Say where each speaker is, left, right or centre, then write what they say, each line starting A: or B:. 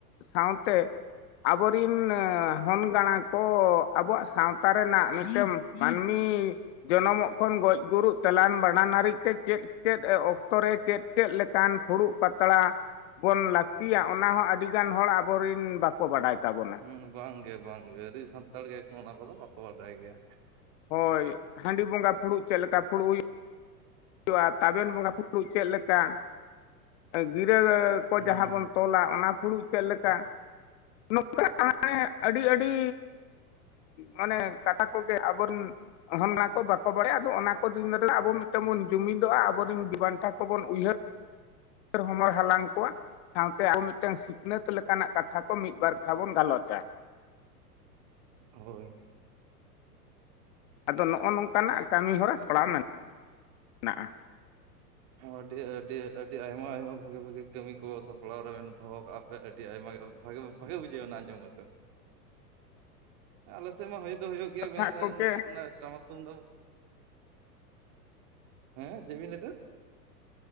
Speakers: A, on the left; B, on the right.
A: ᱥᱟᱶᱛᱮ ᱟᱵᱚᱨᱤᱱ ᱦᱚᱱ ᱜᱟᱸᱲᱟ ᱠᱚ ᱟᱵᱚᱣᱟᱜ ᱥᱟᱶᱛᱟ ᱨᱮᱱᱟᱜ ᱢᱤᱫᱴᱟᱝ ᱢᱟᱹᱱᱢᱤ ᱡᱚᱱᱚᱢᱚᱜ ᱠᱷᱚᱱ ᱜᱚᱡ ᱜᱩᱨᱩᱜ ᱛᱮᱞᱟᱱ ᱵᱷᱟᱸᱰᱟᱱ ᱦᱟᱨᱤᱡ ᱛᱮ ᱪᱮᱫ ᱪᱮᱫ ᱚᱠᱛᱚ ᱨᱮ ᱪᱮᱫ ᱪᱮᱫ ᱞᱮᱠᱟᱱ ᱯᱷᱩᱲᱩᱜ ᱯᱟᱛᱲᱟ ᱵᱚᱱ ᱞᱟᱠᱛᱤᱭᱟ ᱚᱱᱟ ᱦᱚᱸ ᱟᱹᱰᱤᱜᱟᱱ ᱦᱚᱲ ᱟᱵᱚᱨᱮᱱ ᱵᱟᱠᱚ
B: ᱦᱩᱸ
A: ᱵᱟᱰᱟᱭ ᱛᱟᱵᱚᱱᱟ
B: ᱵᱟᱝᱜᱮ ᱵᱟᱝᱜᱮ ᱟᱹᱰᱤ ᱥᱟᱱᱛᱟᱲ ᱜᱮ ᱮᱠᱷᱚᱱ ᱦᱚᱸ ᱚᱱᱟ ᱠᱚᱫᱚ ᱵᱟᱠᱚ ᱵᱟᱰᱟᱭ ᱜᱮᱭᱟ
A: ᱦᱳᱭ ᱦᱟᱺᱰᱤ ᱵᱚᱸᱜᱟ ᱯᱷᱩᱲᱩᱜ ᱪᱮᱫ ᱞᱮᱠᱟ ᱯᱷᱩᱲᱩᱜ ᱦᱩᱭᱩᱜ ᱦᱩᱭᱩᱜᱼᱟ, ᱛᱟᱵᱮᱱ ᱵᱚᱸᱜᱟ ᱯᱷᱩᱲᱩᱜ ᱪᱮᱫ ᱞᱮᱠᱟ? ᱜᱤᱨᱟᱹ ᱠᱚ
B: ᱦᱩᱸ
A: ᱡᱟᱸᱦᱟ ᱵᱚᱱ ᱛᱚᱞᱟ ᱚᱱᱟ ᱯᱷᱩᱲᱩᱜ ᱪᱮᱫᱞᱮᱠᱟ? ᱱᱚᱝᱠᱟ <inaudible> ᱟᱹᱰᱤ ᱟᱹᱰᱤ ᱢᱟᱱᱮ ᱠᱟᱛᱷᱟ ᱠᱚᱜᱮ ᱟᱵᱚᱨᱮᱱ ᱦᱚᱱ ᱱᱟᱠᱚ ᱵᱟᱠᱚ ᱵᱟᱲᱟᱭᱟ ᱟᱫᱚ ᱚᱱᱟ ᱠᱚ ᱫᱤᱱ ᱨᱮ ᱟᱵᱚ ᱢᱤᱫ ᱵᱚᱱ ᱡᱩᱢᱤᱫᱚᱜᱼᱟ, ᱟᱵᱚᱨᱮᱱ ᱵᱤᱨᱵᱟᱱᱴᱟ ᱠᱚᱵᱚᱱ ᱩᱭᱦᱟᱹᱨ <unintelligible> ᱦᱚᱢᱚᱨ ᱦᱟᱞᱟᱝ ᱠᱚᱣᱟ ᱥᱟᱶᱛᱮ ᱟᱵᱚ ᱢᱤᱫᱴᱟᱹᱝ ᱥᱤᱠᱷᱱᱟᱹᱛ ᱞᱮᱠᱟᱱᱟᱜ ᱠᱟᱛᱷᱟ ᱠᱚ ᱢᱤᱫ ᱵᱟᱨ ᱠᱟᱛᱷᱟ ᱵᱚᱱ ᱜᱟᱞᱚᱪᱟ
B: ᱦᱳᱭ
A: ᱟᱫᱚ ᱱᱚᱜᱼᱚ ᱱᱚᱝᱠᱟᱱᱟᱜ ᱠᱟᱹᱢᱤ ᱦᱚᱨᱟ ᱥᱟᱯᱲᱟᱣ ᱢᱮᱱᱟ, ᱢᱮᱱᱟᱜᱼᱟ
B: ᱟᱹᱰᱤ ᱟᱹᱰᱤ ᱟᱹᱰᱤ ᱟᱭᱢᱟ ᱟᱭᱢᱟ ᱵᱷᱟᱜᱮ ᱵᱷᱟᱜᱮ ᱠᱟᱹᱢᱤ ᱠᱚ ᱥᱟᱯᱲᱟᱣ ᱨᱮ ᱵᱮᱱ ᱫᱚᱦᱚ ᱠᱟᱜᱼᱟ ᱟᱹᱰᱤ ᱟᱭᱢᱟ ᱵᱷᱟᱜᱮ ᱵᱷᱟᱜᱮ ᱵᱩᱡᱷᱟᱹᱣᱱᱟ ᱟᱸᱡᱚᱢ ᱠᱟᱛᱮᱫ
A: ᱦ <inaudible>
B: ᱟᱞᱮ ᱥᱮᱫ ᱢᱟ ᱦᱳᱭ ᱫᱚ ᱦᱳᱭᱳᱜ ᱜᱮᱭᱟ ᱢᱮᱱᱠᱷᱟᱱ
A: ᱦᱟᱸᱜ ᱜᱚᱢᱠᱮ
B: <unintelligible> ᱴᱟᱢᱟᱠ ᱛᱩᱢᱫᱟᱜ, <unintelligible> ᱦᱮᱸ ᱪᱮᱫ ᱵᱤᱱ ᱞᱟᱹᱭ ᱫᱟ?